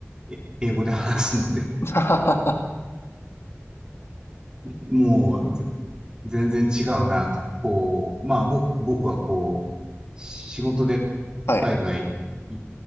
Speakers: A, on the right; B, on the left.
A: え英語で話すので、
B: <laughs> は
A: もう、全然違うなと。こう、まあ、僕、僕はこう、仕事で海外い、
B: い。